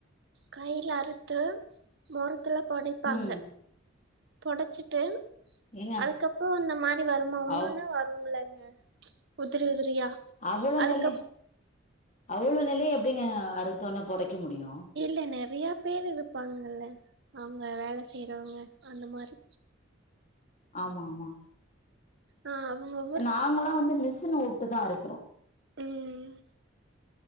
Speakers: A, on the right; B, on the left.
A: கைல அறுத்து மொரத்துல பொடைப்பாங்க
B: ம்
A: பொடச்சிட்டு
B: ஏங்க
A: அதுக்கப்புறோ அந்த மாரி வருமா ஒன்னுன்னா
B: அவ்
A: வரும்லங்க உதிரி உதிரியா?
B: அவ்ளோ
A: அதுக்கப்
B: நெல்ல அவ்ளோ நெல்லையு எப்பிடிங்க அறுத்தொன்னே பொடைக்க முடியு?
A: இல்ல நெறையா பேரு இருப்பாங்கள்ல அவுங்க வேல செய்றவங்க அந்த மாரி.
B: ஆமா ஆமா.
A: ஆ அவுங்கவ்
B: நாங்கல்லா வந்து மிஷின உட்டு தா அரைக்கிறோ.
A: ம்.